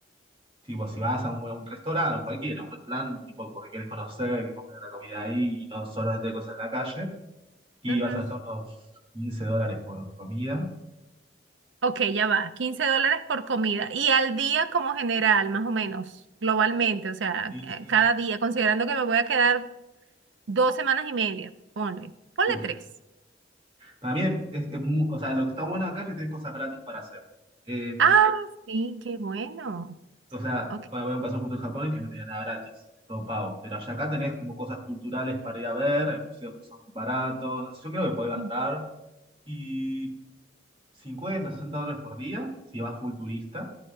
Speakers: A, on the right (about 30°); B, on the right (about 90°).
A: tipo, si vas a un, un restaurante, cualquiera, un restaurante, tipo, porque quieres conocer, quieres comer la comida ahí y no solamente cosas en la calle, y
B: Ujú.
A: vas a gastar unos 15 dólares por comida.
B: Ok, ya va. 15 dólares por comida. Y al día como general, más o menos, globalmente, o sea,
A: Y,
B: ca-
A: sí,
B: cada día, considerando que me voy a quedar dos semanas y media, ponle, ponle
A: uf.
B: tres.
A: También es, es mu- o sea, lo que está bueno acá es que tenés cosas gratis para hacer. Eh,
B: Ah, sí, qué bueno.
A: O sea,
B: Ok.
A: bueno, voy a pasar un punto en Japón en que no tenía nada gratis, es todo pago. Pero allá acá tenés como cosas culturales para ir a ver, hay museos que son baratos. Yo creo que podés gastar
B: Ujú.
A: y cincuenta sesenta dólares por día si vas full turista.